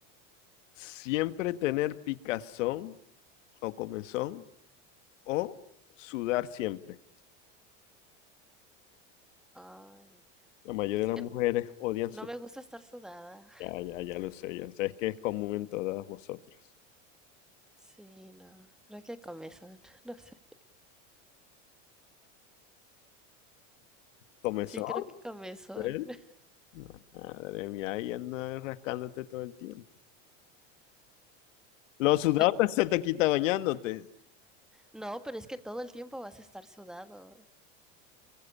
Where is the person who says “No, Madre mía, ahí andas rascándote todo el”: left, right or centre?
Left